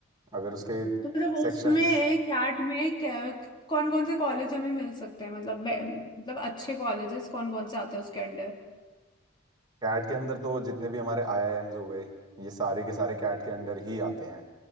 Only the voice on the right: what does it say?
अगर उसके
सेक्शंस
कैट के अंदर तो जितने भी हमारे आईआईएम्स हो गए ये सारे के सारे कैट के अंडर ही आते हैं